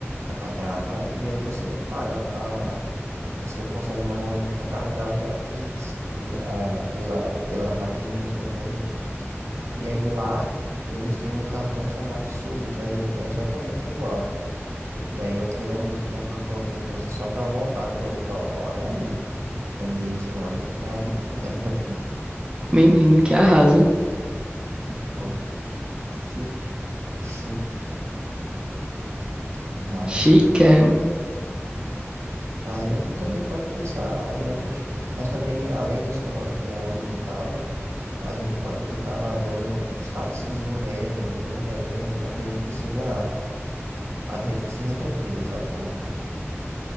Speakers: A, on the right (about 75°); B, on the right (about 20°).
A: a catraca, e aí você paga a. Você consegue normalmente recarregar via Pix, via, pela, pelas maquininhas também. E aí lá eles têm um cartão chamado Sub, que é ex- é exatamente igual. E aí eu queria muito ter um cartãozinho desse só pra voltar com ele e falar, olha aí, andei de ônibus na Argentina. <laughs>
B: Menino, que arraso.
A: Então, chique, chique demais.
B: Chiquérrimo.
A: Aí a gente também pode pensar em outras, mas também além desse negócio do ônibus e tal, a gente pode tentar ver um, uns taxizinho mesmo, um Uber mesmo. Acredito que seja, acredito que seja tranquilo, sabe, por lá.